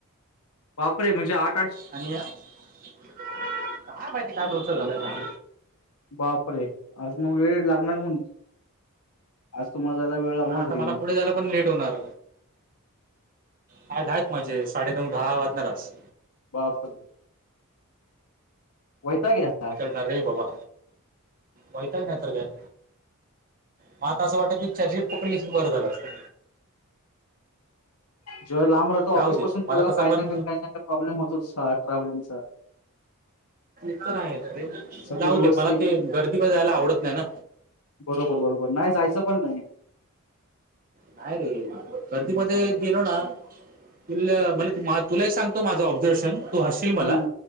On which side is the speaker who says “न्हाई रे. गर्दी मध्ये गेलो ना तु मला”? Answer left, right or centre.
Right